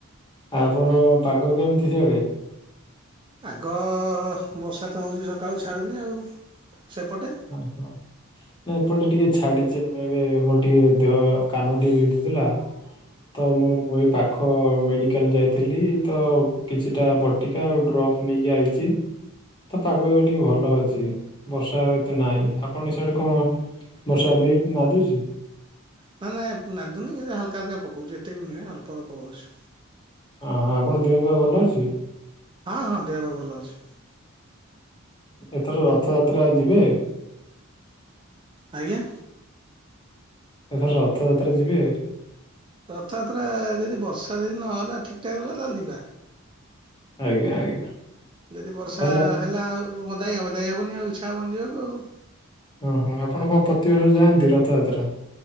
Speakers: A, on the left (about 20°); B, on the right (about 25°).
A: ଆପଣ ପାଗ କେମିତି ସାଡେ?
B: ପାଗ ବର୍ଷା ତ ହେଉଛି ସକାଳୁ ଛାଡ଼ୁନି ଆଉ ସେପଟେ?
A: ହଁ ହଁ। ନା ଏପଟେ ଟିକେ ଛାଡିଛି ଆମେ ଏବେ ମୋର ଟିକେ ଦେହ କାନ ଟିକେ ବିଧୁଥିଲା। ତ ମୁଁ ଏଇ ପାଖ ମେଡିକାଲ ଯାଇଥିଲି ତ କିଛିଟା ବଟି ଆଉ ଡ୍ରପ୍ ନେଇକି ଆଇଛି ତ ପାଗ ଏବେ ଟିକେ ଭଲ ଅଛି ବର୍ଷା ନାଇଁ ଆପଣ ଏ ସେଆଡେ କଣ ବର୍ଷା ଏବେବି ନାଦୁଛି।
B: ନା ନା ନାଦୁନୀ କେ ହଲକା ହଲକା ପକଉଛି ଏତେ ବି ନୁହେଁ ଅଳ୍ପ ଅଳ୍ପ ହଉଛି।
A: ଅଁ ହଁ ଆପଣ ଦେହ ପା ଭଲ ଅଛି?
B: ହଁ ହଁ ଦେହ ପା ଭଲ ଅଛି।
A: ଏଥର ରଥଯାତ୍ରା ଯିବେ?
B: ଆଜ୍ଞା?
A: ଏଥର ରଥଯାତ୍ରା ଯିବେ?
B: ରଥଯାତ୍ରା ଯଦି ବର୍ଷା ଯଦି ନହେଲା ଠିକ୍ ଠାକ ହେଲା ତାହେଲେ ଯିବା।
A: ଆଜ୍ଞା ଆଜ୍ଞା
B: ଯଦି ବର୍ଷା
A: ତାହେଲେ ଆପ
B: ହେଲା ଆଉ <unintelligible> ହେବନ ଆଉ ଇଛା ହବନି ଯିବାକୁ ଆଉ।
A: ଓହୋ। ଆପଣ କଣ ପ୍ରତିବର୍ଷରୁ ଯାଆନ୍ତି ରଥଯାତ୍ରା?